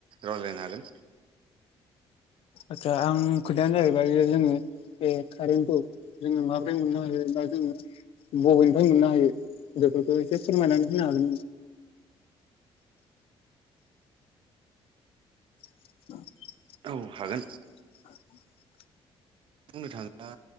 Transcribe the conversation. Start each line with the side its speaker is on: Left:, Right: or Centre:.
Right: रायज्लायनो हागोन
Left: आदसा आं खोथायानो जाहैबाय जोङो बे कारेन्टखौ जोङो माबोरै मोननो हायोबा जोङो बबेनिफ्राय मोननो हायो बेदोफोरखौ एसे फोरमायनानै होनो हागोन <inaudible>
Right: औ हागोन
Left: <inaudible>
Right: बुंनो थाङोब्ला